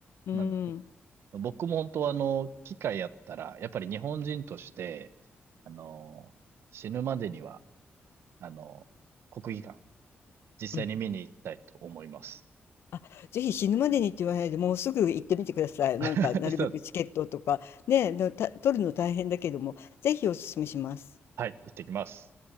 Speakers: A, on the left; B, on the right.
A: うん、
B: なんで、ぼ僕も本当はあの、機会やったら、やっぱり日本人として、あの、死ぬまでには、あの、国技館、実際に見に行きたいと思います。
A: うん。あ、ぜひ死ぬまでにって言わないで、もうすぐ行ってみてください。なんか、
B: <laughs>
A: なるべくチケットとか、
B: そう、
A: ね、のた取るの大変だけども、ぜひお勧めします。
B: はい、行ってきます。